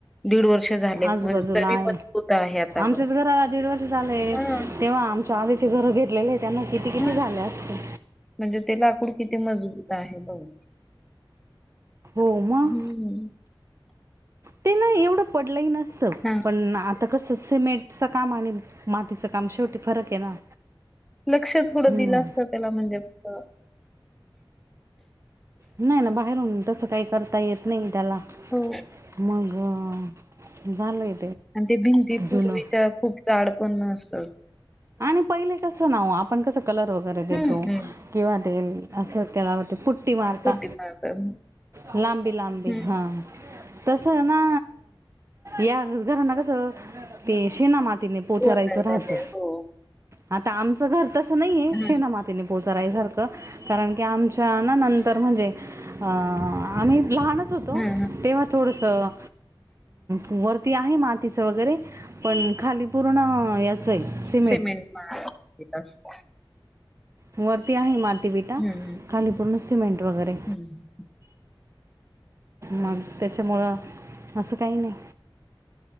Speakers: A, in the centre; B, on the right.
A: दीड वर्ष झाले
B: आजूबाजूला
A: पण तरी
B: आहे.
A: मजबूत आहे आतापर्यंत,
B: आमच्याच घराला दीड वर्ष झाले.
A: हा.
B: तेव्हा आमच्या आधीचे घरं घेतलेले त्यांना किती, किती
A: हा
B: झाले असतील.
A: म्हणजे ते लाकूड किती मजबूत आहे बघ.
B: हो, मग.
A: हम्म‌.
B: ते ना एवढं पडलही नसतं.
A: हा.
B: आता कसं, सिमेंटचं काम आणि मातीचं काम शेवटी फरक आहे ना?
A: लक्ष थोडं
B: हम्म
A: दिल असत, त्याला म्हणजे असं
B: नाही ना, बाहेरून तसं काही करता, येत नाही त्याला.
A: हो.
B: मग अ, झालंय
A: आणि ते, भिंती पूर्वीच्या
B: जुनं
A: खूप चाड पन असतात.
B: आणि पहिले कसं, नाव आपण कसं कलर वगैरे देतो.
A: हं, हं.
B: किंवा तेल असं त्याला ते पुटी मारता,
A: पुटी माळतात.
B: लाबी लाबी
A: हं.
B: हां. तसं ना, या घरांना कसं ते, शेनामातीने पोचारायचं
A: कोरड्या
B: राहतं.
A: ते हो.
B: आता आमचं घर तसं नाहीये,
A: हं,
B: शेनामाता त्यांनी पोचरायसारखं, कारण की आमच्या नंदन म्हणजे अं, आम्ही लहानचं होतो,
A: हं, हं.
B: तेव्हा थोडसं वरती आहे मातीच वगैरे पण खाली पूर्ण, याच आहे सिमें
A: सिमेंट <inaudible>
B: वरती आहे माती विटा,
A: हं, हं.
B: खाली पूर्ण सिमेंट वगैरे
A: हं.
B: मग, त्याच्यामुळं असं काही नाही.